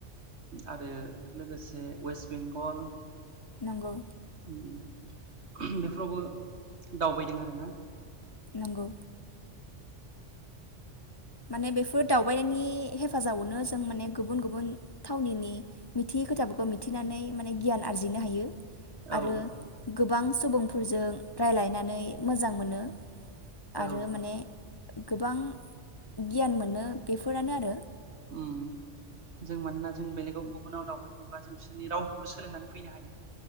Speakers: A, on the right; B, on the left.
A: आरो लोगोसे वेस बेंगल
B: नंगौ
A: उम उम। बेफोरावबो दावबायदों आरो ना
B: नंगौ माने बेफोर दावबायनायनि हेफाजाबावनो जों माने गुबुन गुबुन थावनिनि मिथियै खोथाफोरखौ मिथिनानै माने गियान आरजिनो हायो
A: औ
B: आरो गोबां सुबुंफोरजों रायज्लायनानै मोजां मोनो
A: औ
B: आरो माने गोबां गियान मोनो बेफोरानो आरो
A: उम जों मानोना जों बेलेगाव गुबुनाव दावबायहैयोबा जों बिसोरनि रावखौबो सोलोंनानै फैनो हायो